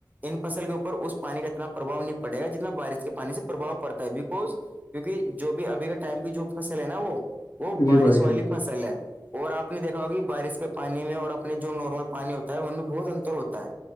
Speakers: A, on the right; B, on the left.
A: ان فصل کے اوپر اس پانی کا اتنا پربھؤ نہیں پڑے گا جتنا بارش کے پانی سے پرباؤ پڑتا ہے بیکز کیونکہ جو بھی ابھی کے ٹائم کی جو فصل ہے نا وہ وہ بارش
B: جی بھائی
A: والی
B: جان
A: فصل ہے اور آپ نے دیکھا ہوگ بارش کے پانی میں اور اپنے جو نارمل پانی ہوتا ہے ان میں بہت انتر ہوتا ہے